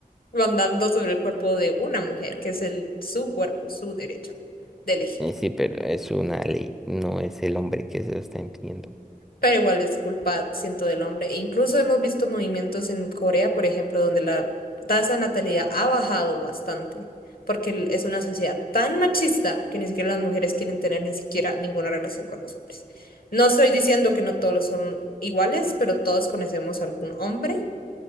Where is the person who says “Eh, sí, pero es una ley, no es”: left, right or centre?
Centre